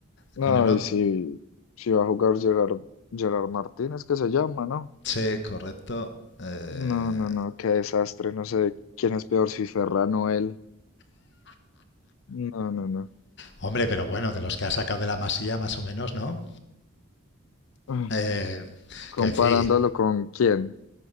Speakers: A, on the left; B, on the left.
A: No,
B: con el otro...
A: y si, si va a jugar Gerard, Gerard Martínez, que se llama, ¿no?
B: sí, correcto. Eh,
A: No, no, no, qué desastre. No sé quién es peor, si Ferran o él. No, no, no.
B: Hombre, pero bueno, de los que ha sacado de la masía más o menos, ¿no?
A: Ah,
B: Eh,
A: Comparándolo
B: que decir,
A: con quién,